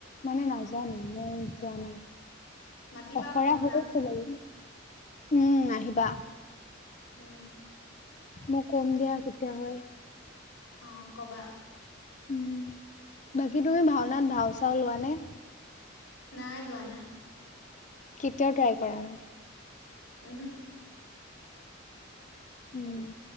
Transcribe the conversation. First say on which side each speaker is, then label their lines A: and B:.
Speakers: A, on the left; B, on the left.
A: মানে নাজানো
B: অ',
A: মই যোৱা নাই
B: মাতিবা
A: আখৰা
B: আকৌ
A: হৈ
B: যাম,
A: আছে যাম উম আহিবা।
B: উম।
A: মই কম দিয়া কেতিয়া হয়।
B: অ ক'বা।
A: উম বাকী তুমি ভাওনাত ভাও-চাওঁ লোৱানে
B: নাই, লোৱা নাই।
A: কেতিয়াও ট্ৰাই কৰা নাই
B: ওহো।
A: উম।